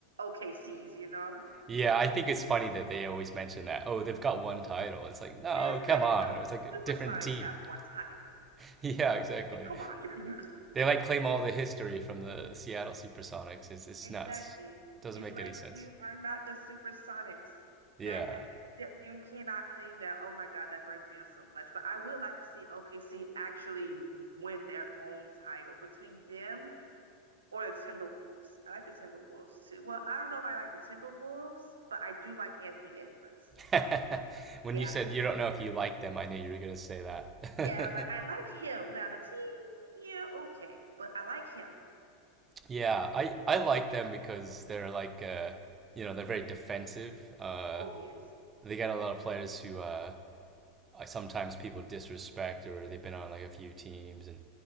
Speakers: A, on the right; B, on the right.
A: OKC's, you know?
B: yeah. I think it's funny that they always mention that. Oh, they've got one title. It's like no,
A: Yeah, it's
B: come
A: like
B: on.
A: no,
B: It's
A: the
B: like a different
A: Supersonics
B: team.
A: have one title.
B: <laughs> yeah, exactly.
A: Like, come on. <laughs>
B: They like claim all the history from the Seattle SuperSonics. It's it's
A: Exactly.
B: nuts. Doesn't
A: It's
B: make
A: like
B: any sense.
A: you are not the Supersonics.
B: Yeah.
A: That that that you cannot claim that. Oh my God, that burns me up so much. But I would like to see OKC actually win their own title between them or the Timberwolves. I like the Timberwolves too. Well, I don't know if I like the Timberwolves, but I do like Anthony Edwards.
B: <laughs> When
A: Yeah,
B: you said you don't know if you like them, I knew you were gonna say that.
A: yeah. It's like I like
B: <laughs>
A: him. Now the team, yeah, okay, but I like him.
B: Yeah, I I like them because they're like uh you know, they're very defensive. Uh
A: Oh yes.
B: they got a lot of players who uh I- sometimes people disrespect or they've been on like a few teams and